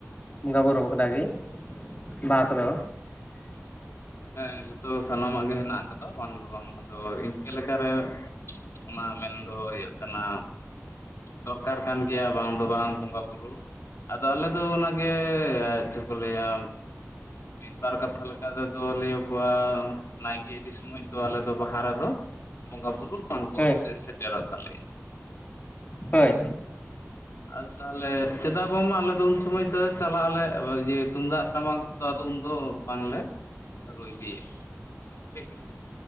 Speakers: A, on the left; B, on the left.
A: ᱵᱚᱸᱜᱟ ᱵᱩᱨᱩ ᱵᱟᱠᱷᱨᱟ ᱜᱤ ᱵᱟᱦᱟ ᱠᱚᱫᱚ
B: ᱦᱮᱸ ᱡᱷᱟᱛᱚ ᱥᱟᱱᱟᱢᱟᱜ ᱜᱮ ᱦᱮᱸᱱᱟᱜ ᱠᱟᱫᱟ ᱵᱟᱝ ᱫᱚ ᱵᱟᱝ ᱟᱫᱚ ᱤᱱᱠᱟᱹ ᱞᱮᱠᱟᱨᱮ ᱚᱱᱟ ᱢᱮᱱᱫᱚ ᱦᱩᱭᱩᱜ ᱠᱟᱱᱟ ᱫᱚᱨᱠᱟᱨ ᱠᱟᱱ ᱜᱮᱭᱟ ᱵᱟᱝ ᱫᱚ ᱵᱟᱝ ᱵᱚᱸᱜᱟ ᱵᱩᱨᱩ᱾ ᱟᱫᱚ ᱟᱞᱮ ᱫᱚ ᱚᱱᱟᱜᱮ ᱪᱮᱫ ᱠᱚ ᱞᱟᱹᱭᱟ ᱢᱤᱫᱵᱟᱨ ᱠᱟᱛᱷᱟ ᱞᱮᱠᱟ ᱛᱮᱫᱚ ᱞᱟᱹᱭᱚᱜᱚᱜᱼᱟ ᱱᱟᱭᱠᱮ ᱤᱫᱤ ᱥᱚᱢᱚᱭ ᱫᱚ ᱟᱞᱮ ᱫᱚ ᱵᱟᱦᱟ ᱨᱮᱫᱚ ᱵᱚᱸᱜᱟ ᱵᱩᱨᱩ ᱵᱟᱝ ᱠᱚ
A: ᱦᱳᱭ
B: ᱫᱮ ᱥᱮᱴᱮᱨᱚᱜ ᱛᱟᱞᱮ᱾
A: ᱦᱳᱭ᱾
B: ᱟᱫᱚ ᱛᱟᱦᱚᱞᱮ ᱪᱮᱫᱟᱜ ᱵᱟᱝᱢᱟ ᱟᱞᱮ ᱫᱚ ᱩᱱ ᱥᱚᱢᱚᱭ ᱫᱚ ᱪᱟᱞᱟᱜ ᱟᱞᱮ ᱤᱭᱟᱹ ᱛᱩᱢᱫᱟᱜ ᱴᱟᱢᱟᱠ ᱟᱫᱚ ᱩᱱ ᱫᱚ ᱵᱟᱝᱞᱮ ᱨᱩᱭ ᱤᱫᱤᱭᱟ ᱴᱷᱤᱠ ᱥᱮ?